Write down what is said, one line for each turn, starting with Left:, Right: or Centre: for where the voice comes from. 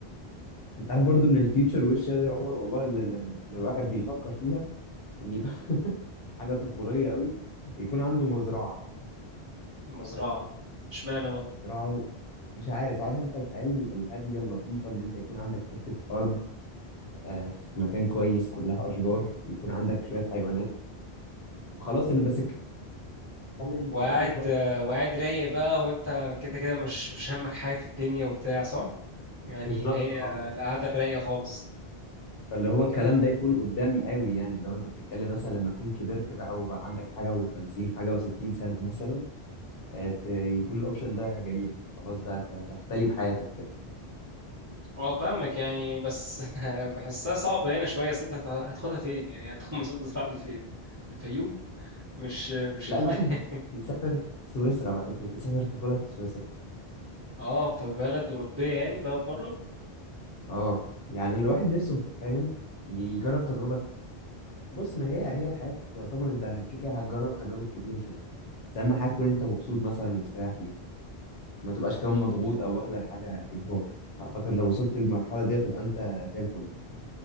Left: انت عارف برضو من الفيتشر وش يا عمر والله اللي, اللي الواحد بيفكر فيها ان يبقى <laughs> حاجه طفوليه قوي يكون عنده مزرعه
Right: مزرعه اشمعنى بقى
Left: مزرعه و- مش عارف عارف انت الحياه ال- الهاديه اللطيفه ان انت يكون عندك حته ارض آه، في مكان كويس كلها اشجار ويكون عندك شويه حيوانات وخلاص اللي بس بتتكلم لما
Right: وقاعد
Left: تكبر
Right: آه، وقاعد رايق بقى وانت كده كده مش مش همك حاجه في الدنيا وبتاع صح يعني
Left: بالظبط
Right: اللي هي
Left: اه
Right: القعده الرايقه خالص
Left: فاللي هو الكلام
Right: إيه؟
Left: ده يكون قدام قوي يعني اللي هو انت بتتكلم مثلا لما تكون كبرت بقى وبقى عندك حاجه و50 حاجه و60 سنه مثلا آه، ت- يكون الاوبشن ده جميل خلاص بقى ت- تختلي بحياتك كده
Right: اه فاهمك يعني بس <laughs> بحسها صعبه هنا شويه اصل انت هت- هتاخدها فين يعني هتاخد مثلا المزرعه دي فين الفيوم مش مش
Left: لا
Right: هتلاقي
Left: الواحد يسافر سويسرا بقى ت- تسافر تاخدها في سويسرا
Right: اه في بلد اوروبيه يعني بقى بره
Left: اه يعني الواحد نفسه فاهم يجرب تجربة بص ما هي هي الحياة تعتبر انت كده كده هتجرب تجارب كتيرة فيها بس اهم حاجة تكون انت مبسوط مثلا ومستريح فيها ما تبقاش كمان مضغوط او واخد الحاجة اجبار اعتقد لو وصلت للمرحلة دي هتبقى انت زي الفل